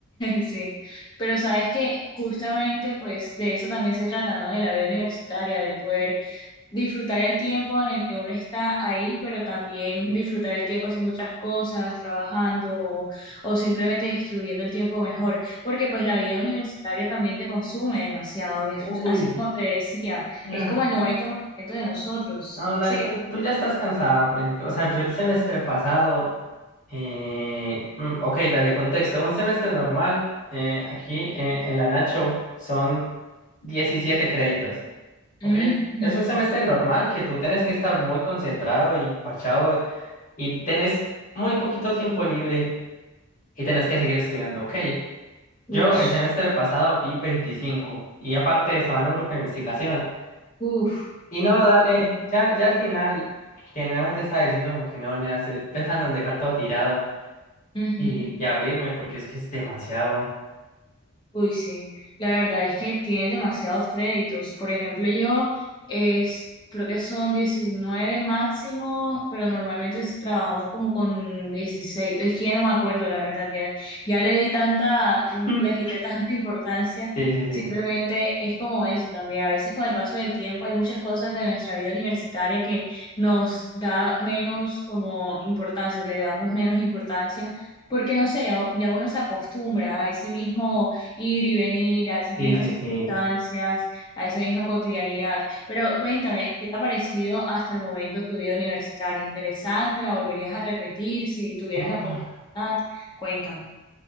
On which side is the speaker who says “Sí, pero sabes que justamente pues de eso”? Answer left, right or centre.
Left